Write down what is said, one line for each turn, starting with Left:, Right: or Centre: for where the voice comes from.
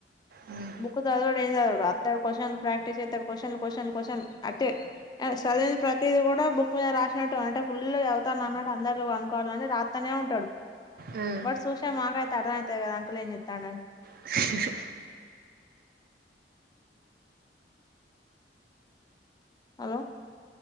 Right: మ్మ్
Left: బుక్ చదవడు ఏం చదవడు అత్తే ప్రాక్టీస్ చెత్తడు క్వశ్చన్ కశ్చన్ కశ్చన్ అట్టే ఆ చదివింది ప్రతీదీ కూడా బుక్ మీద రాసినట్టు అంటే ఫుల్ చదువుతా అన్నట్టు అందరు అనుకోవాలని రాత్ తనే ఉంటాడు
Right: మ్మ్
Left: బట్ సుసిన మాకయితే అర్థమయితది కదా అంకుల్ ఏం చేత్తండ
Right: స
Left: హలో